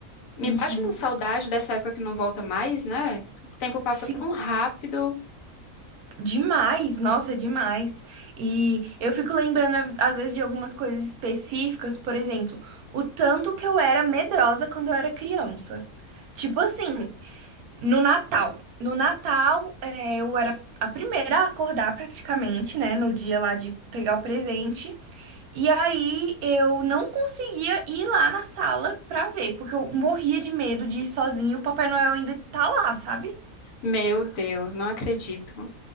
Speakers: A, on the left; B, on the right.
A: Me
B: Uhum.
A: bate uma saudade dessa época que não volta mais, né? O tempo passa
B: Sim,
A: tão rápido.
B: demais, nossa, demais. E eu fico lembrando às às vezes de algumas coisas específicas, por exemplo, o tanto que eu era medrosa quando eu era criança. Tipo assim. No Natal. No Natal, eh, eu era a primeira a acordar praticamente, né? No dia lá de pegar o presente. E aí eu não conseguia ir lá na sala pra ver, porque eu morria de medo de ir sozinha e o Papai Noel ainda tá lá, sabe?
A: Meu Deus, não acredito.